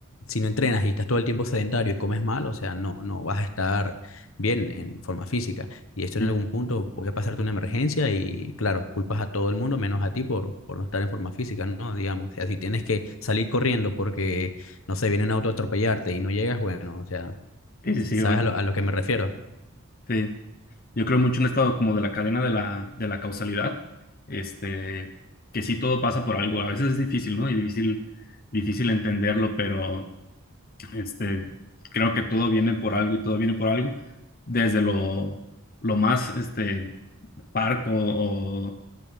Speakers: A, on the left (about 70°); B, on the left (about 40°).
A: si no entrenas y estás todo el tiempo sedentario y comes mal, o sea, no, no vas a estar bien en forma física. Y esto
B: Sí,
A: en algún punto puede pasarte una emergencia y, claro, culpas a todo el mundo menos a ti por, por no estar en forma física, ¿no? Digamos, o sea, si tienes que salir corriendo porque, no sé, viene un auto a atropellarte y no llegas, bueno, o sea,
B: sí, sí, sí,
A: ¿sabes
B: güey.
A: a lo, a lo que me refiero?
B: Sí. Yo creo mucho en esto como de la cadena de la, de la causalidad, este, que sí todo pasa por algo. A veces es difícil, ¿no? Y difícil, difícil entenderlo, pero este, creo que todo viene por algo y todo viene por algo, desde lo, lo más este, parco o